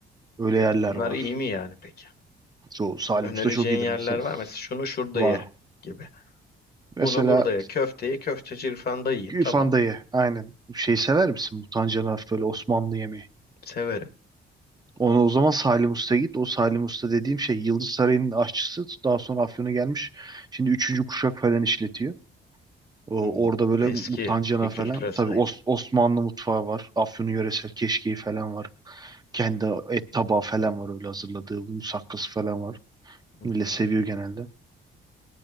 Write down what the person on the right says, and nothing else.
öyle yerler
var.
Çoğu Salim
Usta çok iyidir
mesela.
Var.
Mesela
Fandayı aynen. Şey sever misin? Mutancanaf böyle Osmanlı yemeği.
Onu o zaman Salim Usta'ya git. O Salim Usta dediğim şey Yıldız Sarayı'nın aşçısı. Daha sonra Afyon'a gelmiş. Şimdi üçüncü kuşak falan işletiyor. O,
orada böyle
mutancana
falan.
Tabii Os- Osmanlı mutfağı var. Afyon'un yöresel keşkeği falan var. Kendi et tabağı falan var öyle hazırladığı. Musakkası falan var.
Millet
seviyor genelde.